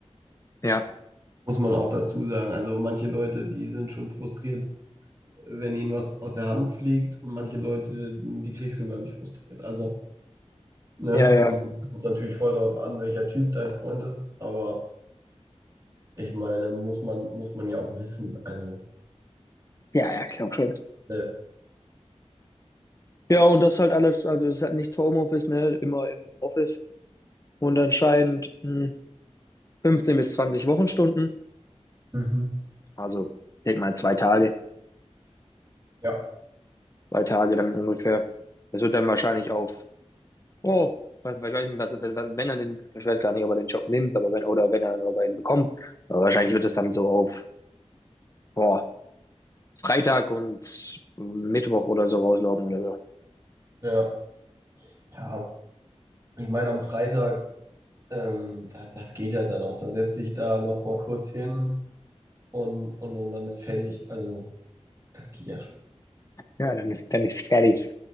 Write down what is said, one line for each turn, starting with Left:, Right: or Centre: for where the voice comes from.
Left: Ja.
Right: Muss man auch dazu sagen. Also manche Leute, die sind schon frustriert, wenn ihnen was aus der Hand fliegt und manche Leute, die kriegst du gar nicht frustriert. Also, ne?
Left: Ja, ja.
Right: Und es kommt natürlich voll darauf an, welcher Typ dein Freund ist. Aber ich meine, muss man, muss man ja auch wissen. Also,
Left: Ja, ja, glaub schon.
Right: ne?
Left: Ja, und das halt alles, also das ist halt nichts für Homeoffice, ne? Immer im Office. Und anscheinend hm, 15 bis 20 Wochenstunden.
Right: Mhm.
Left: Also, denk mal zwei Tage,
Right: Ja,
Left: zwei Tage dann ungefähr. Das wird dann wahrscheinlich auf Oh, was, ich weiß nicht, was, was, was, wenn er den, ich weiß gar nicht, ob er den Job nimmt, aber wenn, oder wenn er nur einen bekommt, aber wahrscheinlich wird es dann so auf, boah, Freitag und Mittwoch oder so rauslaufen oder so.
Right: ja, ja. Ich meine, am Freitag, ähm, da, das geht ja dann auch. Dann setze ich da noch mal kurz hin und, und, und dann ist fertig. Also, das geht ja schon.
Left: Ja, dann ist, dann ist fertig.